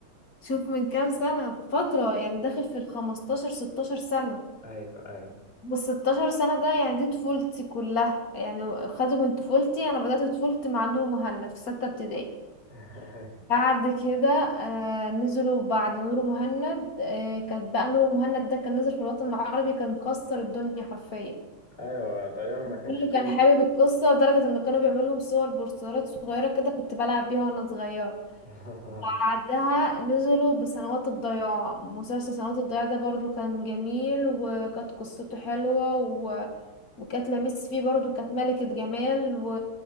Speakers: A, on the left; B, on the left.
A: شوف من كام سنة فترة يعني داخل في الخمستاشر ستاشر سنة
B: ايوه ايوه
A: والستاشر سنة ده يعني دي طفولتي كلها يعني خدوا من طفولتي أنا بدأت طفولتي مع نور مهند في ستة ابتدائي
B: <laughs>
A: بعد كده آه نزلوا بعد نور مهند آه كانت بقى نور مهند ده كان نزل في الوطن العربي كان كسر الدنيا حرفيا
B: ايوه ايوه طيب ما
A: كله
B: كانش فيه
A: كان حابب القصة لدرجة إن كانوا بيعملوا لهم صور بوسترات صغيرة كده كنت بلعب بيها وأنا صغيرة
B: <laughs>
A: بعدها نزلوا بسنوات الضياع مسلسل سنوات الضياع ده برضو كان جميل وكانت قصته حلوة و... وكانت لميس فيه برضو كانت ملكة جمال و...